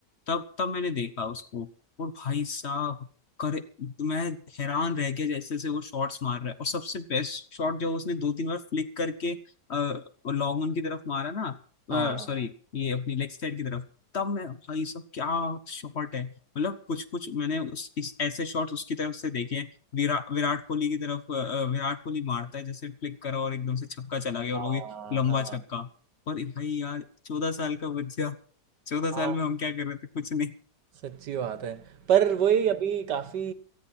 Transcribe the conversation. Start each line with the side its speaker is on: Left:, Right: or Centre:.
Left: तब तब मैंने देखा उसको और भाई साहब करे मैं हैरान रह गया जैसे से वो शॉट्स मार रहा है और सबसे बेस्ट शॉट जो उसने दो तीन बार फ्लिक करके लॉन्ग ऑन की तरफ मारा ना
Right: हाँ
Left: सॉरी ये अपनी लेग साइड की तरफ तब मैं भाई साहब क्या शॉट है मतलब कुछ कुछ मैंने उस इस ऐसे शॉट्स उसकी तरफ से देखे हैं विरा, विराट कोहली की तरफ अ, विराट कोहली मारता है जैसे फ्लिक करा और एकदम से छक्का चला गया और
Right: हाँ
Left: वो भी लंबा
Right: हाँ
Left: छक्का पर भाई यार चौदह साल का बच्चा चौदह
Right: हाँ
Left: साल में हम क्या कर रहे थे कुछ नहीं
Right: सच्ची बात है पर वही अभी काफ़ी